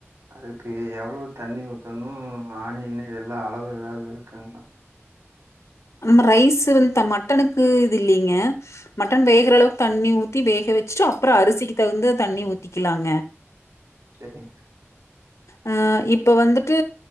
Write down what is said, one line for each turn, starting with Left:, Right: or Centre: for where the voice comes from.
Right: அதுக்கு எவ்ளோ தண்ணி ஊத்தணு ஆனியன்னு இதெல்லா அளவு எதாவது இருக்குங்ளா
Left: அன்ன ரைஸு வந் த மட்டனுக்கு இது இல்லீங்க மட் டன் வேகுறளவுக் தண்ணி ஊத் த்தி வேக வெச்சிட்டு அப்பறோ அரிசிக்கு தகுந்த தண்ணி ஊத்திக்கிலாங்க
Right: செரிங்
Left: அ இப் இப்ப வந்துட்டு